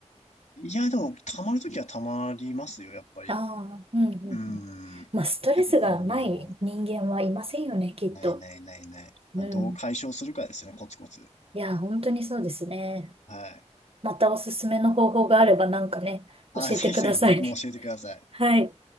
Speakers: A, on the left (about 85°); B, on the right (about 55°).
A: いや、でも、溜まるときは溜まりますよ、やっぱり。
B: ああうんうんうん。
A: うーん。
B: まあ、ストレスがない人間はいませんよね、
A: やっぱこ
B: きっと。
A: う、ないないないない。まあ、
B: うん。
A: どう解消するかですよね、コツコツ。
B: いや、本当にそうですね。
A: はい。
B: またおすすめの方法があればなんかね、
A: あ、
B: 教えてください。
A: ぜひぜひ僕も教えてください。
B: <laughs> はい。